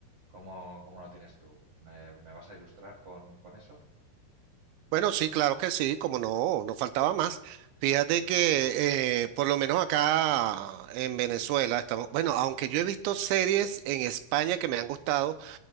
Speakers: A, on the right; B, on the right.
A: ¿Cómo, cómo lo tienes tú? ¿Me, me vas a ilustrar con, con eso?
B: Bueno, sí, claro que sí, como no, no faltaba
A: Perfecto.
B: más. Fíjate que eh, por lo menos acá en Venezuela estamos, bueno, aunque yo he visto series en España que me han gustado,